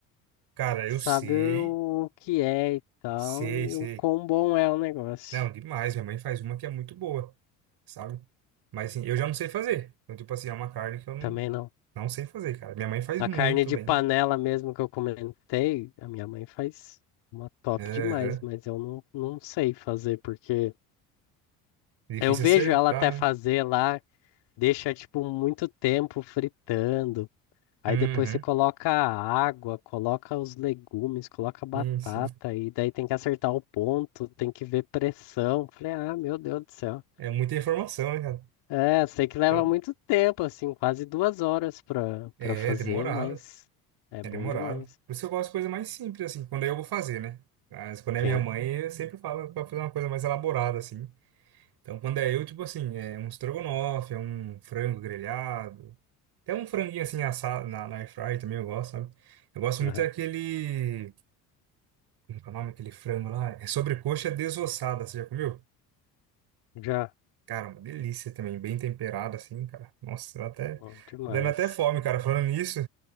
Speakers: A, on the right; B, on the left.
A: Cara,
B: sabe
A: eu sei,
B: o que é e tal,
A: sei,
B: e
A: sei.
B: o quão bom é o negócio.
A: Não, demais. Minha mãe faz uma que é muito boa, sabe? Mas assim, eu já não sei fazer. Então, tipo assim, é uma carne que eu não,
B: Também não.
A: não sei fazer, cara. Minha mãe faz
B: A
A: muito
B: carne de
A: bem.
B: panela mesmo que eu comentei, a minha mãe faz uma top
A: Aham.
B: demais, mas eu não, não sei fazer porque.
A: Difícil
B: Eu vejo
A: acertar,
B: ela até
A: né?
B: fazer lá, deixa tipo muito tempo fritando. Aí
A: Uhum.
B: depois você coloca a água, coloca os legumes, coloca a batata,
A: Sim, sim.
B: e daí tem que acertar o ponto, tem que ver pressão. Falei, ah, meu Deus do céu.
A: É muita informação, né, cara?
B: É, sei que leva
A: Então,
B: muito tempo, assim, quase duas horas pra,
A: é
B: pra fazer,
A: é demorado.
B: mas é
A: É
B: bom
A: demorado.
B: demais.
A: Por isso que eu gosto de coisa mais simples, assim, quando eu vou fazer, né? Mas quando é
B: Sim,
A: minha mãe, eu sempre falo pra fazer uma coisa mais elaborada, assim. Então, quando é eu, tipo assim, é um estrogonofe, é um frango grelhado. Até um franguinho assim assado na, na air fry também eu gosto, sabe? Eu gosto
B: aham.
A: muito daquele. Como que é o nome daquele frango lá? É sobrecoxa desossada, você já comeu?
B: Já,
A: Cara, uma delícia também, bem temperada assim, cara. Nossa, eu até.
B: bom demais.
A: Tô dando até fome, cara. Falando nisso,